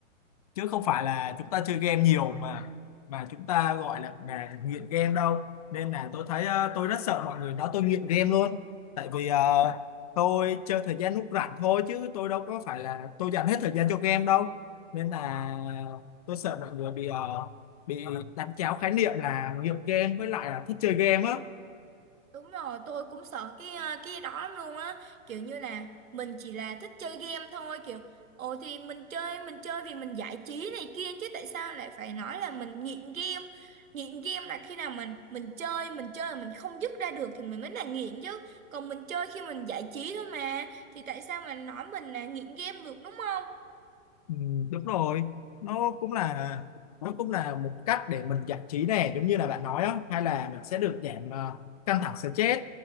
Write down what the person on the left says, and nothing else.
chứ không phải là chúng ta chơi game nhiều mà mà chúng ta gọi là là nghiện game đâu nên là tôi thấy ờ, tôi rất sợ mọi người nói tôi nghiện game luôn tại vì ờ, tôi chơi thời gian lúc rảnh thôi chứ tôi đâu có phải là tôi dành hết thời gian cho game đâu nên là tôi sợ mọi người bị ờ, bị đánh tráo khái niệm là nghiện game với lại là thích chơi game á
Ừ, đúng rồi nó cũng là nó cũng là một cách để mình giải trí nè giống như là bạn nói á hay là mình sẽ được giảm ờ, căng thẳng stress